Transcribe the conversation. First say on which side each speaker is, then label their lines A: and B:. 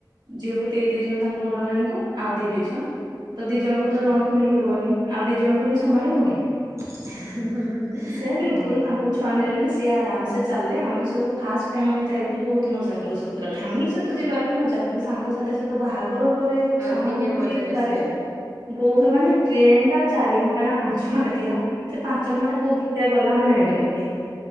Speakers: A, on the right; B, on the right.
A: ଝିଅକୁ ଦେଇ ଦେଇଛନ୍ତି ତାଙ୍କ ବଡ ନାନୀ କୁ ଆଉ ଦୁଇ ଟି ଛୁଆ ତ ଦି ଜଣଙ୍କୁ
B: ଆଚ୍ଛା
A: ତ ଜଣଙ୍କୁ ନେଇ ହବନି ଆଉ ଦି ଜଣଙ୍କୁ ନେଇ ସମ୍ଭାଳିଵ କିଏ?
B: <unintelligible> ହୁଁ ହୁଁ
A: ସେ ବିଲକୁଲ
B: ହଁ।
A: ତାଙ୍କ ଛୁଆ ନେଲେନି ସିଏ ଆରାମ ସେ ଚାଲେ ଆମେ ସବୁ ଫାଷ୍ଟ ଟାଇମ ଆମେ ଯାଇଥିଲୁ ବହୁତ ମଜା କଲୁ ସତରେ ଫ୍ୟାମିଲି ସହିତ ଯିବାର ବି ମଜା ସାଙ୍ଗସଥି ସହିତ ବାହାଘର ତା ପରେ
B: ଆହୁରି
A: ଛୁଆ ମାନଙ୍କୁ
B: ଟିକେ
A: ଧରିକି
B: ମଜା
A: ଯିବାରେ
B: ବେଶୀ ଆଉ
A: ବହୁ ମାନେ ଟ୍ରେନ୍ ଟା ଚାରି ଘଣ୍ଟା ନା ପାଞ୍ଚ ଘଣ୍ଟା ଥିଲା । ସେ ପାଞ୍ଚ ଘଣ୍ଟା କୋଉ ଭିତରେ ଗଲା ଆମେ ଜାଣିପାରିଲୁନି ।